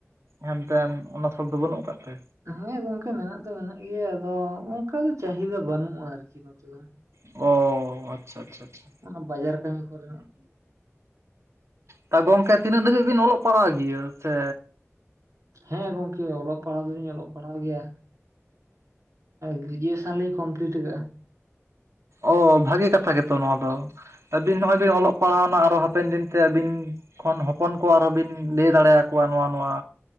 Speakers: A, on the right (about 65°); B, on the right (about 85°).
A: ᱦᱮᱱᱛᱮᱱ ᱚᱱᱟ ᱥᱚᱵ ᱫᱚ ᱵᱟᱹᱱᱩᱜ ᱟᱠᱟᱫ ᱛᱮ
B: ᱦᱮᱸ ᱜᱚᱝᱠᱮ ᱢᱮᱱᱟᱜ ᱛᱚ ᱢᱮᱱᱟᱜ ᱜᱮᱭᱟ ᱟᱫᱚ ᱚᱱᱠᱟ ᱫᱚ ᱪᱟᱹᱦᱤᱫᱟ ᱵᱟᱹᱱᱩᱜᱼᱟ ᱟᱨᱠᱤ ᱱᱚᱛᱮ ᱫᱚ।
A: ᱚ ᱟᱪᱪᱷᱟ ᱟᱪᱪᱷᱟ ᱟᱪᱪᱷᱟ
B: ᱚᱱᱟ ᱵᱟᱡᱟᱨ ᱠᱟᱹᱢᱤ ᱠᱚᱨᱮ
A: ᱛ ᱜᱚᱝᱠᱮ ᱛᱤᱱᱟᱹᱜ ᱫᱟᱹᱵᱤᱡ ᱵᱤᱱ ᱚᱞᱚᱜ ᱯᱟᱲᱦᱟᱜ ᱜᱮᱭᱟᱹ ᱥᱮ
B: ᱦᱮᱸ ᱜᱚᱝᱠᱮ ᱚᱞᱚᱜ ᱯᱟᱲᱦᱟᱣ ᱫᱚᱞᱤᱧ ᱚᱞᱚᱜ। ᱯᱟᱲᱦᱟᱣ ᱜᱮᱭᱟ ᱜᱨᱮᱡᱩᱭᱮᱥᱚᱱ ᱞᱤᱧ ᱠᱚᱢᱯᱞᱤᱴ ᱟᱠᱟᱜᱼᱟ ᱾
A: ᱚ ᱵᱷᱟᱜᱮ ᱠᱟᱛᱷᱟ ᱜᱮᱛᱚ ᱱᱚᱣᱟ ᱫᱚ ᱾ ᱟᱹᱵᱤᱱ ᱱᱚᱜᱼᱚᱭ ᱵᱤᱱ ᱚᱞᱚᱜ ᱯᱟᱲᱦᱟᱣᱱᱟ ᱟᱨᱚ ᱦᱟᱯᱮᱱ ᱫᱤᱱ ᱛᱮ ᱟᱹᱵᱤᱱᱼᱼ ᱠᱷᱚᱱ ᱦᱚᱯᱚᱱ ᱠᱚ ᱟᱨᱦᱚᱸ ᱵᱤᱱ ᱞᱟᱹᱭ ᱫᱟᱲᱮ ᱟᱠᱚᱣᱟ ᱱᱚᱣᱟ ᱱᱚᱣᱟᱼᱼ